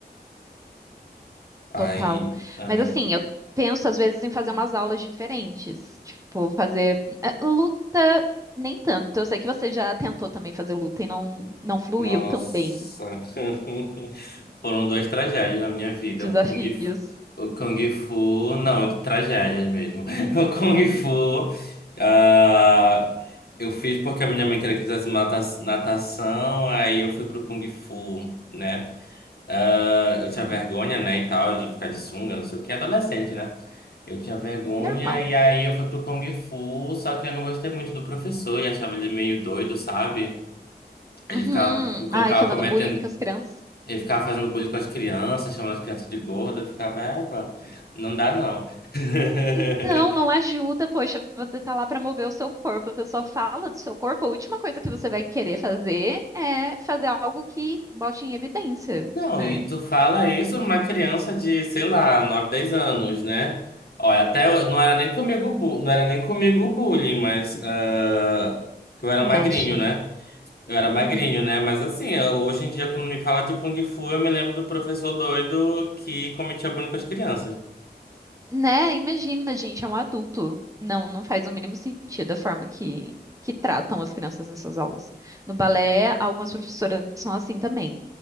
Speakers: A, on the left; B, on the right.
A: Aí,
B: Total.
A: aham.
B: Mas assim, eu penso às vezes em fazer umas aulas diferentes. Tipo, fazer eh, luta, nem tanto. Eu sei que você já tentou também fazer luta e não, não fluiu
A: Nossa.
B: tão bem.
A: <laughs> Foram duas tragédias na minha vida.
B: Desafios.
A: O Kung Fu, o Kung Fu, não, tragédias mesmo. <laughs> O Kung Fu, ah, eu fiz porque a minha mãe queria que eu fizesse mata- natação, aí eu fui pro Kung Fu, né? Ah, eu tinha
B: Uhum.
A: vergonha, né, e tal, de ficar de sunga, não sei o que, adolescente, né? Eu tinha vergonha
B: Normal.
A: e aí eu fui pro Kung Fu, só que eu não gostei muito do professor e achava ele meio doido, sabe? Ele
B: Uhum.
A: ficava, ele colocava
B: Ai, fazendo
A: cometendo,
B: bullying com as crianças.
A: ele ficava fazendo bullying com as crianças, chamando as crianças de gorda, eu ficava, égua, não dá não. <laughs>
B: Então, não ajuda, poxa, você tá lá pra mover o seu corpo, a pessoa fala do seu corpo, a última coisa que você vai querer fazer é fazer algo que bote em evidência,
A: Não,
B: né?
A: e tu fala isso uma criança de, sei lá, 9 10 anos, né? Olha, até eu- não era nem comigo, bu- não era nem comigo o bullying, mas ah, que eu era
B: Mexe.
A: magrinho, né? Eu era magrinho,
B: Uhum.
A: né? Mas assim, eu- hoje em dia, quando me fala de Kung Fu, eu me lembro do professor doido que cometia bullying com as crianças.
B: Né? Imagina, gente, é um adulto. Não, não faz o mínimo sentido a forma que, que tratam as crianças nessas aulas. No balé, algumas professoras são assim também.